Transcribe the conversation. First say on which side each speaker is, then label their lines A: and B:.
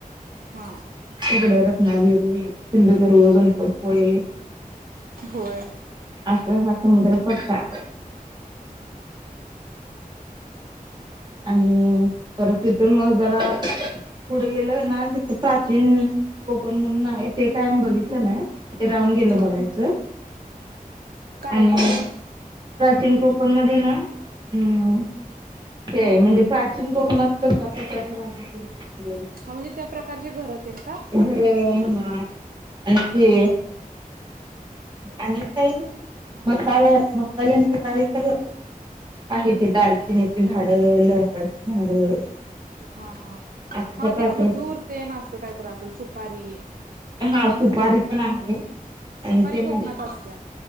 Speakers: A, on the right; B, on the right.
A: हा
B: तिकडे रत्नागिरी, सिंधुदुर्ग, गणपतीपुळे.
A: होय.
B: अस हा समुद्र पट्टा. आणि परत, तिथून मग जरा. पुढं गेलं ना तिथं प्राचीन कोकण म्हणून आ. हे ते काय आम्ही बघितलं नाही, ते राहून गेलं
A: हा
B: बघायचं.
A: काय
B: <unintelligible>
A: आहे तिथं
B: प्राचीन कोकण मध्ये ना हम्म. ते म्हणजे प्राचीन कोकणात कशा प्रकारे राहते होते.
A: हा म्हणजे त्या प्रकारचे घर तेन का
B: <inaudible> <inaudible> घरं म्हणा आणखी
A: हा
B: अनेक काही नाही मसाला मसाल्यांचं काही तर आहे ते दालचिनीचे झाडं, लवंगाची झाडं
A: हा हा
B: असं
A: हा
B: त्या प्राचीन
A: ते खजूर ते ना अस काहीतरं असेल सुपारी.
B: हा सुपारी पण आहे आणि
A: सुपारी
B: ते म्ह
A: कोकणात असत्या.